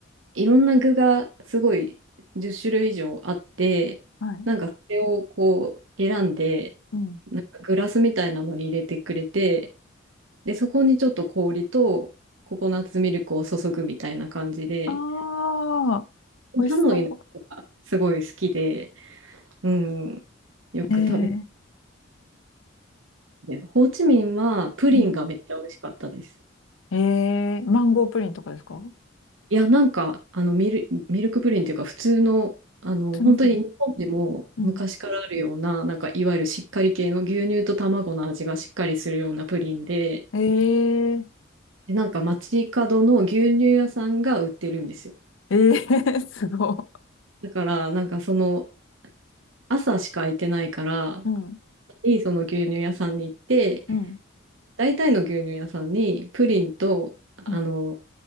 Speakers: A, on the right (about 80°); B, on the left (about 85°).
A: いろんな具がすごい10種類以上あって、
B: はい、
A: なんかそれをこう選んで、
B: うん。
A: なんかグラスみたいなのに入れてくれて、で、そこにちょっと氷とココナッツミルクを注ぐみたいな感じで、
B: ああ、美味しそ
A: ハノイの人がすごい好きで、うん、よく食べ
B: う。えー、
A: て、ホーチミンはプリンがめっちゃ美味しかったです。
B: うん。ええマンゴープリンとかですか
A: いや、なんか、あの、ミル、ミルクプリンっていうか、普通の、あの、
B: 普通のプリン。
A: 本当に日本でも昔からあるような、
B: うん。
A: なんか、いわゆるしっかり系の牛乳と卵の味がしっかりするようなプリンで、
B: えー、
A: で、なんか、街角の牛乳屋さんが売ってるんですよ。
B: <laughs> えー、<laughs> すご
A: だから、なんか、その、朝しか空いてないから、
B: い。うん、
A: いいその牛乳屋さんに行って、
B: うん、
A: 大体の牛乳屋さんに、プリンと、あの、
B: うん、